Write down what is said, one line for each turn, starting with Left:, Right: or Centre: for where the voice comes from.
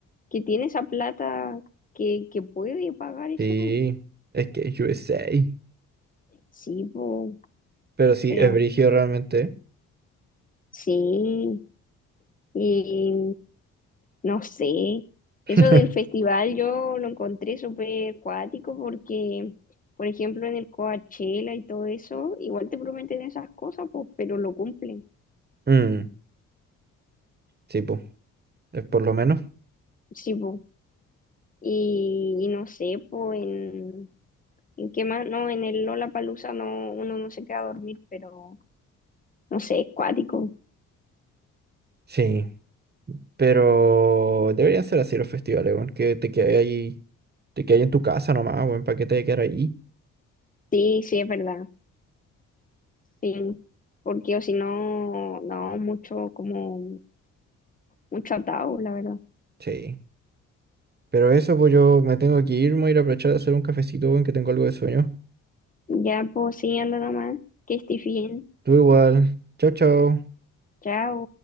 Left: que tiene esa plata que, que puede pagar eso,
Right: Sí, es que es USA.
Left: sí, po,
Right: Pero sí,
Left: pero
Right: es brígido realmente.
Left: sí, y... No sé,
Right: <laughs>
Left: eso del festival yo lo encontré súper cuático porque, por ejemplo, en el Coachella y todo eso, igual te prometen esas cosas, pues, pero lo cumplen.
Right: Mm, sí, pues, es por lo menos.
Left: Sí, pues. Y, y no sé, pues, en, en qué más, no, en el Lollapalooza no, uno no se queda a dormir, pero no sé, es cuático.
Right: Sí, pero deberían ser así los festivales, weón, que te quedes ahí, te quedes en tu casa nomás, weón, para que te vayas a quedar ahí.
Left: Sí, sí, es verdad, sí, porque o si no, no, mucho, como, mucho atado, la verdad.
Right: Sí, pero eso, pues yo me tengo que ir, me voy a ir a aprovechar de hacer un cafecito, weón, que tengo algo de sueño.
Left: Ya, pues, sí, anda nomás, que estés bien.
Right: Tú igual, chao, chao.
Left: Chao.